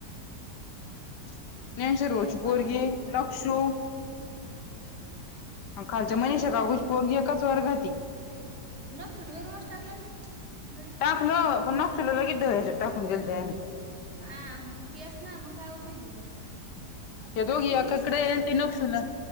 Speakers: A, on the left (about 75°); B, on the right (about 40°).
A: <unintelligible> ह्यांचा
B: मग ते
A: रोच पोरगी
B: कॉल
A: आहे नक्षू. अ खालच्या
B: लक्ष
A: मनीषा
B: वेरूळ
A: काकू पोरगी एकाच वर्गाती.
B: नक्षल वेरूळच टाकलं ना नळीत
A: टाकलं पण तुला लगेच ढ हेज्यात टाकून दिलं त्याने.
B: हा हा मंग तेच ना मंग काय उपयोग आहे.
A: हे
B: नक्षू
A: दोघी
B: इंग्लिश
A: एकाकडे ते नखुला